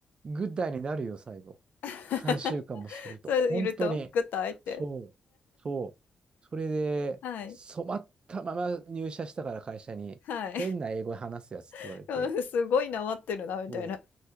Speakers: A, on the right; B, on the left.
A: グッダイになるよ、最後。
B: <laughs>
A: 3週間もすると。
B: それいると、
A: 本当に。
B: グッと開いて、
A: そう。そう。それで、
B: はい。
A: 染まったまま入社したから会社に、
B: はい。
A: 変な英語話すやつって言われて、
B: <laughs> うん、すごいなまってるなみたいな。
A: そ